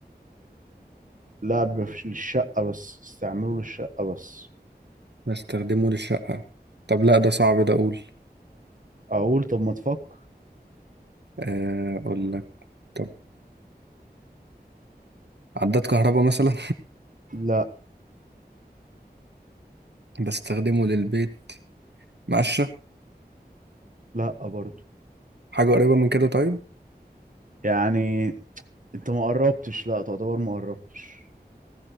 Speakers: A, on the right (about 50°); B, on the right (about 85°).
A: لا بيبقى في الشقة بس استعمله للشقة بس
B: بستخدمه للشقة طب لا ده صعب ده أقول
A: اقول طب ما تفكر
B: آه، أقول لك طب عداد كهرباء مثلا
A: لا
B: <laughs> بستخدمه للبيت مقشة
A: لا برضو
B: حاجة قريبة من كده طيب
A: يعني انت ما قربتش لا تعتبر ما قربتش